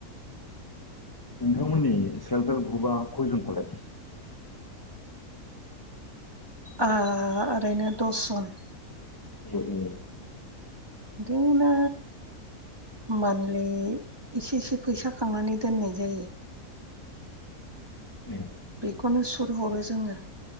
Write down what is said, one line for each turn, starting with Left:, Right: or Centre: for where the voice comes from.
Left: नोंथांमोननि सेल्फ हेल्प ग्रुपआ खयजन फालाय?
Right: ओ ओरैनो दसजन
Left: <unintelligible>
Right: बिदिनो मान्थलि एसे एसे फैसा खांनानै दोननाय जायो।
Left: उम
Right: बेखौनो सुत हरो जोङो।